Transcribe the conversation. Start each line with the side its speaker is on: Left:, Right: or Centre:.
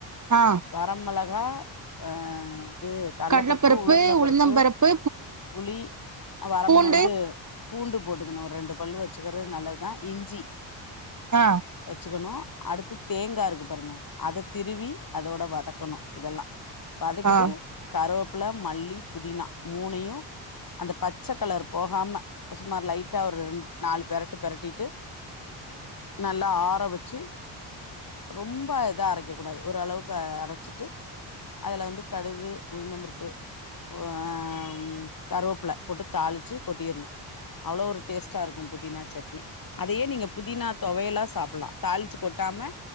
Right: ஆ
Left: வரமிளகா அ இது கல்ல
Right: கடலப்பருப்பு
Left: பருப்பு உளுந்தம் பருப்பு
Right: உளுந்தம்பருப்பு
Left: புளி வரம்
Right: பூண்டு
Left: இது பூண்டு போட்டுக்கணு ஒரு ரெண்டு பல்லு வச்சுக்கறது நல்லது தா இஞ்சி
Right: ஆ
Left: வச்சுக்கணு அடுத்து தேங்கா இருக்கு பாருங்க அத திருவி அதோட வதக்கணு இதெல்லா வதக்கிட்டு
Right: ஆ
Left: கருவ ப்ல மல்லி புதினா மூணையு அந்த பச்ச கலர் போகாம சுமார் லைட்டா ஒரு ரெண் நாலு பெரட்டு பெரட்டிட்டு நல்லா ஆற வெச்சு ரொம்ப இதா அரைக்க கூடாது ஓரளவுக்கு அரச்சிட்டு அதுல வந்து கடுகு, உளுந்தம் பருப்பு ஒ அ கருவேப்புல போட்டு தாளிச்சு கொட்டிறனு அவ்ளோ ஒரு டேஸ்ட்டா இருக்கு புதினா சட்னி அதையே நீங்க புதினா துவையலா சாப்பல்லா தாளிச்சு கொட்டாம